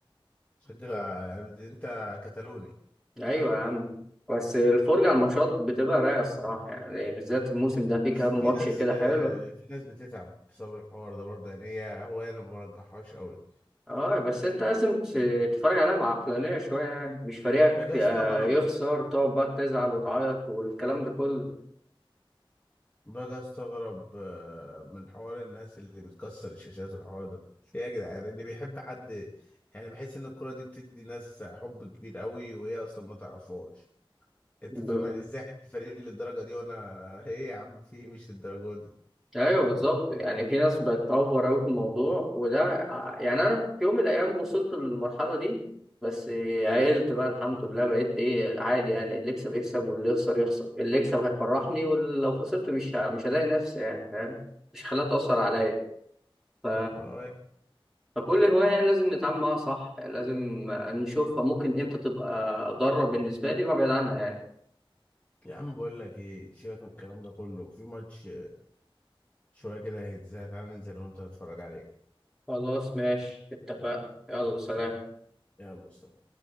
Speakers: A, on the left; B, in the centre.
A: صدق يعني انت كتالوني
B: ايوه يا عم بس الفرجه على الماتشات بتبقى رايقه الصراحه يعني بالذات الموسم ده في
A: بس
B: كام
A: في
B: ماتش
A: ناس
B: كده
A: آه،
B: حلو
A: في ناس بتتعب بسبب الحوار ده برضه يعني هي هو انا ما برجحهاش قوي
B: اه بس انت لازم ت- تتفرج عليها بعقلانية شوية يعني مش فريقك
A: باجي
B: آه،
A: استغرب
B: يخسر تقعد بقى تزعل وتعيط والكلام ده كله
A: باجي استغرب آه، من حوار الناس اللي بتكسر الشاشات والحوار ده في ايه يا جدعان اللي بيحب حد يعني بحس ان الكرة دي بتدي ناس حب كبير قوي وهي اصلا ما تعرفهاش انت
B: ب...
A: فاهم يعني ازاي حد فريق للدرجة دي وانا <laughs> ايه يا عم في إيه؟ مش الدرجة دي
B: ايوه بالظبط يعني في ناس بقت اوفر اوي في الموضوع وده ع- يعني انا في يوم من الايام وصلت للمرحلة دي بس آه، عقلت بقى الحمد لله بقيت ايه عادي يعني اللي يكسب يكسب واللي يخسر يخسر اللي يكسب هيفرحني ولو خسرت مش ه- مش هضايق نفسي يعني فاهم مش هخليها تأثر عليا ف...
A: اه
B: فكل هواية لازم نتعامل معاها صح لازم نشوفها ممكن امتى تبقى ضارة بالنسبة لي وابعد عنها يعني
A: يا عم بقول لك ايه سيبك من الكلام ده كله في ماتش شوية كده هيتزاي تعالى ننزل أنا وأنت نتفرج عليه
B: خلاص ماشي اتفقنا يلا سلام
A: يلا سلام